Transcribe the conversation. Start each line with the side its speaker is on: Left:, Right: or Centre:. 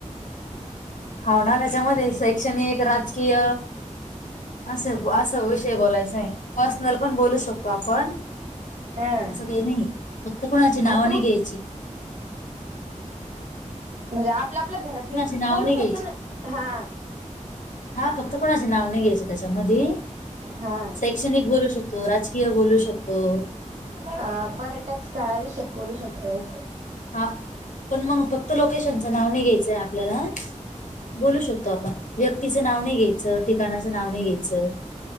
Left: हाव ना त्याच्यामध्ये शैक्षणिक, राजकीय असं बो असं विषय बोलायचं हाय, पर्सनल पण बोलू शकतो आपण
Right: हा
Left: सगळी नाही, फक्त कुणाची
Right: हा
Left: नाव
Right: तर
Left: नाही
Right: मग
Left: घ्यायची.
Right: म्हणजे आपल्या, आपल्या घरात
Left: कुणाची
Right: वैयक्तिक
Left: नावं
Right: बोलू
Left: नाही
Right: शकतो
Left: घ्यायची
Right: ना. हा
Left: हा फक्त कोणाचे नाव नाही घ्यायच त्याच्यामधी
Right: हा
Left: शैक्षणिक बोलू शकतो, राजकीय बोलू शकतो.
Right: अ पर्यटक स्थळाविषयक बोलू शकतो.
Left: हा, पण मग फक्त लोकेशनच नाव नाही घ्यायचंय आपल्याला बोलू शकतो आपण, व्यक्तीचं नाव नाही घ्यायचं ठिकाणाच नाव नाही घ्यायच